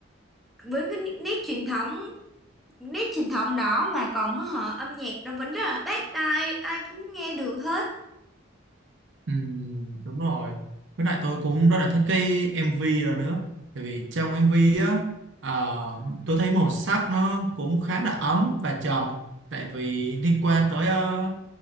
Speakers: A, in the centre; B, on the right.
A: với cái nét truyền thống nét truyền thống đó mà còn họ âm nhạc nó vẫn rất là bắt tai ai cũng nghe được hết
B: ừ, đúng rồi với lại tôi cũng rất là thích cái MV đó nữa tại vì trong MV á à, tôi thấy màu sắc nó cũng khá là ấm và trầm tại vì liên quan tới ờ,